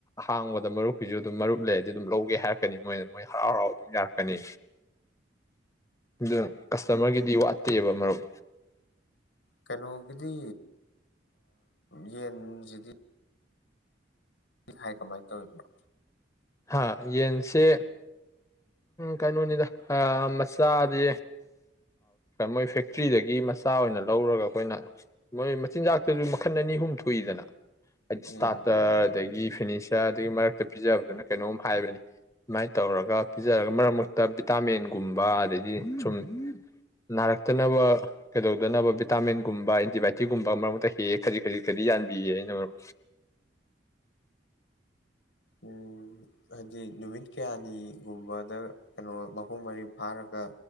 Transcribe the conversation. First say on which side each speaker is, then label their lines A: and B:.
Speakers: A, on the left; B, on the left.
A: ꯍꯥꯡꯕꯗ ꯃꯔꯨꯞꯀꯤꯁꯨ ꯑꯗꯨꯝ ꯃꯔꯨꯞ ꯂꯩ ꯑꯗꯨꯝ ꯂꯧꯒꯦ ꯍꯥꯏꯔꯛꯀꯅꯤ ꯃꯣꯏꯅ ꯃꯣꯏ ꯍꯔꯥꯎ ꯍꯔꯥꯎ ꯑꯗꯨꯝ ꯌꯥꯔꯛꯀꯅꯤ ꯑꯗꯨ ꯀꯁꯇꯃꯔꯒꯤꯗꯤ ꯋꯥꯠꯇꯦꯕ ꯃꯔꯨꯞ
B: ꯀꯩꯅꯣꯒꯤꯗꯤ ꯌꯦꯟꯁꯤꯗꯤ ꯍꯥꯏ ꯀꯃꯥꯏꯅ ꯇꯧꯔꯤꯕꯅꯣ
A: ꯍꯥ ꯌꯦꯟꯁꯦ ꯀꯩꯅꯣꯅꯤꯗ ꯃꯆꯥꯗꯤ ꯃꯣꯏ ꯐꯦꯛꯇ꯭ꯔꯤꯗꯒꯤ ꯃꯆꯥ ꯑꯣꯏꯅ ꯂꯧꯔꯒ ꯑꯩꯈꯣꯏꯅ ꯃꯣꯏ ꯃꯆꯤꯟꯖꯥꯛꯇꯁꯨ ꯃꯈꯜ ꯑꯅꯤ ꯑꯍꯨꯝ ꯊꯣꯛꯏꯗꯅ ꯍꯥꯏꯗꯤ ꯏꯁꯇꯥꯔꯇꯔ
B: ꯎꯝ
A: ꯑꯗꯒꯤ ꯐꯤꯅꯤꯁꯤꯡ ꯆꯆꯥꯒꯤ ꯃꯔꯛꯇ ꯄꯤꯖꯕꯗꯨꯅ ꯀꯩꯅꯣꯝ ꯍꯥꯏꯕꯅꯤ ꯁꯃꯥꯏꯅ ꯇꯧꯔꯒ ꯄꯤꯖꯔꯒ ꯃꯔꯛ ꯃꯔꯛꯇ ꯚꯤꯇꯥꯃꯤꯟꯒꯨꯝꯕ ꯑꯗꯩꯗꯤ ꯁꯨꯝ ꯅꯥꯔꯛꯇꯅꯕ ꯀꯩꯗꯧꯗꯅꯕ ꯚꯤꯇꯥꯃꯤꯟꯒꯨꯝꯕ ꯑꯦꯟꯇꯤꯕꯥꯏꯌꯑꯣꯇꯤꯛꯀꯨꯝꯕ ꯃꯔꯛ ꯃꯔꯛꯇ ꯍꯦꯛꯑꯦ ꯈꯖꯤꯛ ꯈꯖꯤꯛ ꯈꯗꯤ ꯌꯥꯟꯕꯤꯌꯦ ꯑꯩꯅ ꯃꯔꯨꯞ
B: ꯎꯝ ꯍꯥꯏꯗꯤ ꯅꯨꯃꯤꯠ ꯀꯌꯥꯅꯤꯒꯨꯝꯕꯗ ꯀꯩꯅꯣ ꯃꯄꯨꯡ ꯃꯔꯔꯤ ꯐꯥꯔꯒ